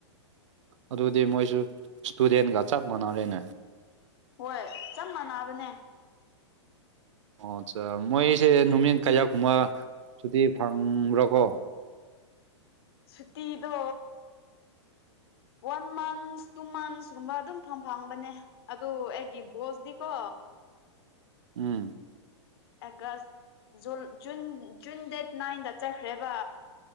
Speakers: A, on the right (about 75°); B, on the left (about 55°).
A: ꯑꯗꯨꯗꯤ ꯃꯣꯏꯁꯨ ꯏꯁꯇꯨꯗꯦꯟꯒ ꯆꯞ ꯃꯥꯟꯅꯔꯦꯅꯦ
B: ꯍꯣꯏ ꯆꯞ ꯃꯥꯟꯅꯕꯅꯦ
A: ꯑꯣ ꯑꯠꯆꯥ ꯃꯣꯏꯁꯦ ꯅꯨꯃꯤꯠ ꯀꯌꯥ ꯀꯨꯝꯕ ꯁꯨꯇꯤ ꯐꯪꯕ꯭ꯔꯥ ꯀꯣ
B: ꯁꯨꯇꯤꯗꯣ ꯋꯥꯟ ꯃꯟꯁ ꯇꯨ ꯃꯟꯁ ꯀꯨꯝꯕ ꯑꯗꯨꯝ ꯐꯪ ꯐꯪꯕꯅꯦ ꯑꯗꯣ ꯑꯩꯒꯤ ꯕꯣꯁꯗꯤꯀꯣ
A: ꯎꯝ
B: ꯑꯒꯁ ꯖꯨ ꯖꯨꯟ ꯖꯨꯟ ꯗꯦꯠ ꯅꯥꯏꯟꯗ ꯆꯠꯈ꯭ꯔꯦꯕ